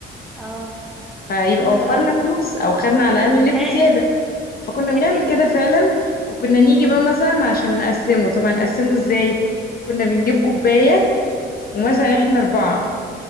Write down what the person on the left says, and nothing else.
فيبقى
وفرنا
فلوس أو خدنا على الأقل
لب زيادة فكنا
بنعمل
كده فعلا وكنا نيجي
بقى مثلا عشان نقسمه طبعا نقسمه ازاي كنا بنجيب
كوباية ومثلا
احنا أربعة